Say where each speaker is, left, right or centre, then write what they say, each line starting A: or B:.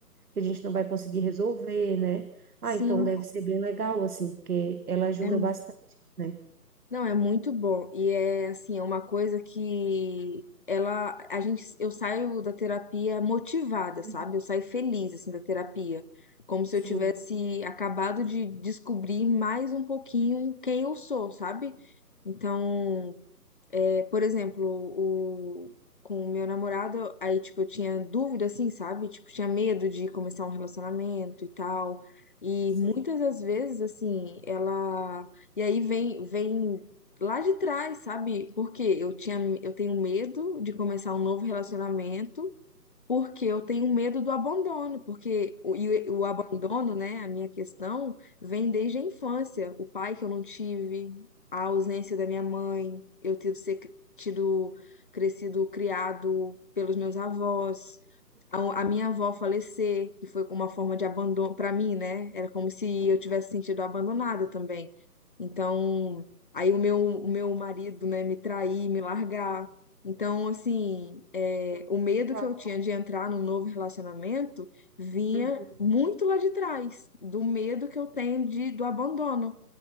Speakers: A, on the right (about 65°); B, on the left (about 30°).
A: que a gente não vai conseguir resolver, né?
B: sim.
A: Ah, então deve ser bem legal, assim, porque ela ajuda
B: É
A: bastante, né?
B: Não, é muito bom. E é assim, é uma coisa que ela, a gente, eu saio da terapia motivada,
A: Uhum.
B: sabe? Eu saio feliz assim da terapia, como se
A: Sim.
B: eu tivesse acabado de descobrir mais um pouquinho quem eu sou, sabe? Então, é, por exemplo, o, com o meu namorado, aí, tipo, eu tinha dúvida, assim, sabe? Tipo, tinha medo de começar um relacionamento e tal. E
A: Sim.
B: muitas das vezes, assim, ela. E aí vem, vem lá de trás, sabe? Porque eu tinha, eu tenho medo de começar um novo relacionamento. Porque eu tenho medo do abandono, porque o, e o abandono, né, a minha questão, vem desde a infância. O pai que eu não tive, a ausência da minha mãe, eu ter ser cri- tido, crescido, criado pelos meus avós, a,
A: Uhum.
B: a minha avó falecer, que foi uma forma de abandono para mim, né? Era como se
A: Uhum.
B: eu tivesse sentido abandonada também. Então, aí o meu, o meu marido, né, me trair, me largar. Então, assim, é,
A: Então, de
B: o medo
A: fato.
B: que eu tinha de entrar num novo relacionamento vinha
A: Uhum.
B: muito lá de trás, do medo que eu
A: Uhum.
B: tenho de, do abandono.